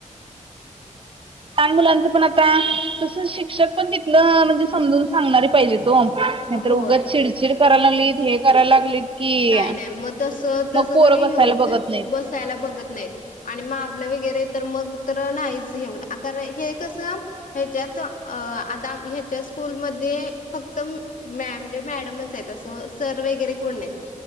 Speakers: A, on the right (about 40°); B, on the left (about 85°).
A: लहान मुलांचं पण आता तस, शिक्षक पण तिथलं म्हणजे समजून सांगणारी पाहिजेत ओ नाहीतर
B: होय
A: उगं चिडचिड करायला लागलीत, हे करायला लागलीत की
B: नाई नाय मग तस,
A: मग
B: तसं
A: पोरं
B: कणी
A: बसायला
B: हे होत,
A: बघत नाहीत.
B: बसायला बघत नाहीत. आणि मारलं वगैरे तर मग तर नाहीच, हे होउ कारन हे कसं ह्याच्यात, अ आता ह्याच्या स्कूलमध्ये फक्त म मॅअरे मॅडमच येत असं, सर वगैरे कोण नाही.